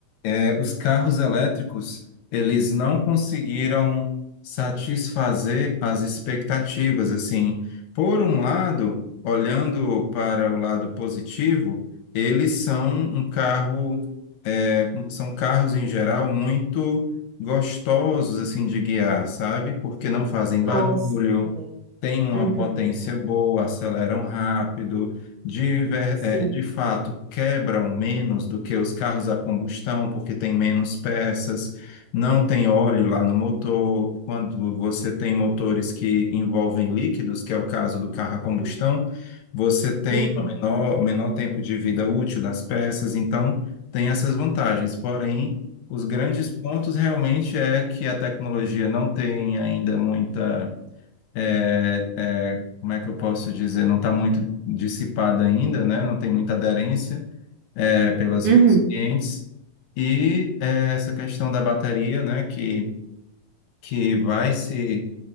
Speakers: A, on the left; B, on the right.
A: é, os carros elétricos, eles não conseguiram satisfazer as expectativas, assim. Por um lado, olhando para o lado positivo, eles são um carro, é, são carros em geral muito gostosos, assim, de guiar, sabe? Porque não fazem
B: Nossa,
A: barulho,
B: é.
A: têm uma
B: Uhum.
A: potência boa, aceleram rápido, de, ver-
B: Sim.
A: eh, de fato quebram menos do que os carros a combustão, porque tem menos peças, não tem óleo lá no motor. Quando você tem motores que envolvem líquidos, que é o caso do carro a combustão, você tem
B: Uhum.
A: o menor, o menor tempo de vida útil das peças, então tem essas vantagens. Porém, os grandes pontos realmente é que a tecnologia não tem ainda muita é, é, como é que eu posso dizer, não está muito dissipada ainda, né? Não tem muita aderência é, pelas,
B: Uhum.
A: pelos clientes. E é, essa questão da bateria, né? Que, que vai se,